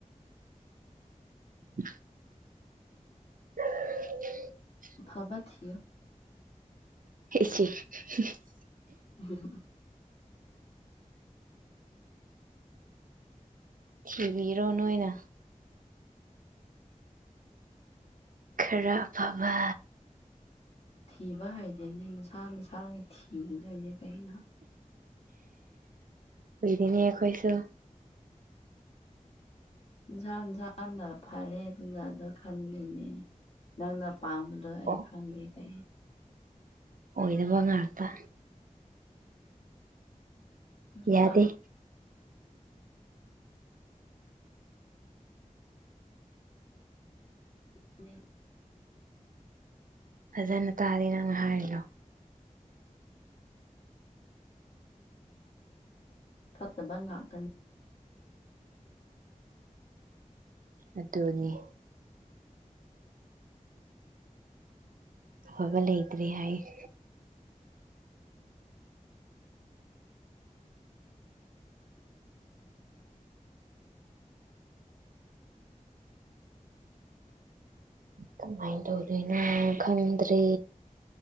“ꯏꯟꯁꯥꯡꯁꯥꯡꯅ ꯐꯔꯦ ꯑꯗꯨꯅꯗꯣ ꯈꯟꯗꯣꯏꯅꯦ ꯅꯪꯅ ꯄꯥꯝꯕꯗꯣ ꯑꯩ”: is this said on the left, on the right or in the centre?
Left